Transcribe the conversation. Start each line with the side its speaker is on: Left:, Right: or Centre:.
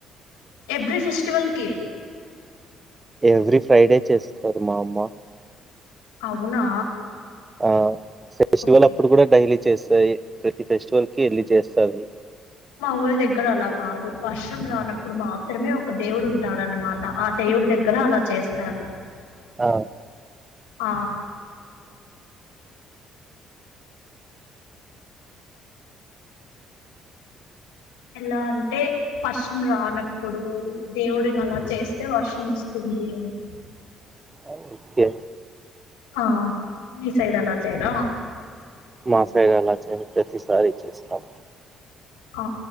Left: ఎవ్రీ ఫెస్టివల్ కి
Right: ఎవ్రీ ఫ్రైడే చేస్తారు మా అమ్మ
Left: అవునా
Right: ఆ ఫెస్టివల్
Left: ఓకే
Right: అప్పుడు కూడా డైలీ చేస్తాయి ప్రతి ఫెస్టివల్ కి వెళ్ళ చేస్తది
Left: మా ఊరి దగ్గర అలా కాదు వర్షం రానప్పుడు మాత్రమే ఒక దేవుడు ఉంటాడన్నమాట ఆ దే దేవుడి దగ్గర అలా చేస్తారు
Right: ఆ
Left: ఆ ఎలా అంటే వర్షం రానప్పుడు దేవుడిని అలా చేస్తే వర్షం వస్తుంది అడిగానం
Right: ఆ ఓకే
Left: ఆ మీ సైడ్ అలా చేయరా
Right: మా సైడ్ అలా చేయరు ప్రతిసారి చేస్తాం
Left: ఆ